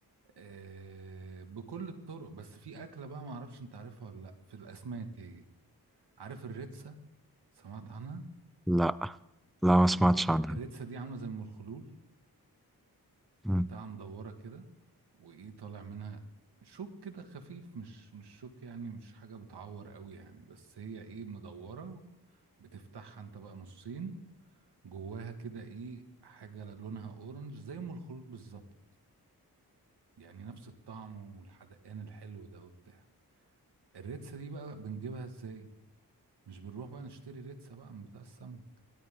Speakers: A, on the right; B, in the centre.
A: آه، بكل الطرق بس في أكلة بقى معرفش أنت عارفها ولا لأ في الأسماك هي عارف الريتسا سمعت عنها
B: لا لا ما سمعتش عنها
A: الريتسا دي عاملة زي المرخلول
B: مم.
A: بتاعة مدورة كده وإيه طالع منها شوك كده خفيف مش مش شوك يعني مش حاجة بتعور قوي يعني بس هي إيه مدورة بتفتحها أنت بقى نصين جواها كده إيه حاجة لونها أورنج زي أم الخلول بالظبط يعني نفس الطعم والحدقان الحلو ده وبتاع الريتسا دي بقى بنجيبها إزاي مش بنروح بقى نشتري ريتسا بقى من بتاع السمك